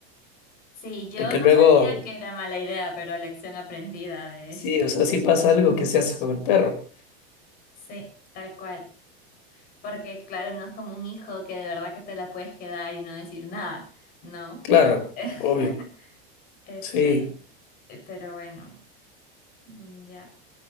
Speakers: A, on the left (about 30°); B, on the left (about 55°).
A: Sí, yo
B: porque
A: no
B: luego,
A: sabía que era mala idea, pero lección aprendida, eh.
B: sí,
A: <laughs>
B: o sea, si pasa algo, que se hace con el perro?
A: Sí, tal cual. Porque claro, no es como un hijo que de verdad que te la puedes quedar y no decir nada, ¿no?
B: Claro,
A: <laughs>
B: obvio,
A: Este,
B: sí.
A: pero bueno, mm, ya.